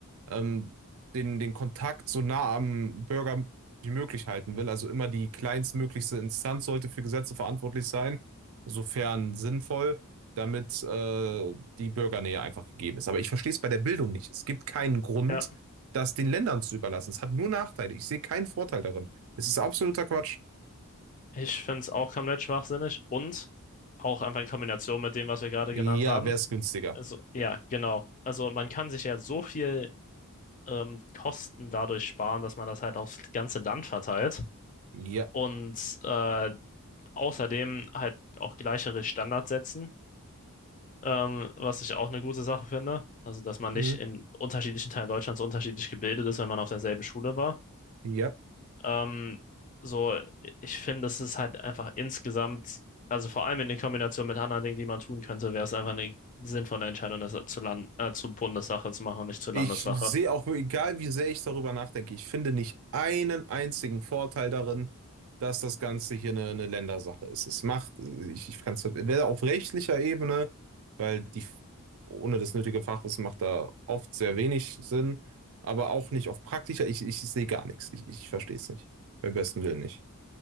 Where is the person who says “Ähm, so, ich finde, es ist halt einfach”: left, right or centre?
Left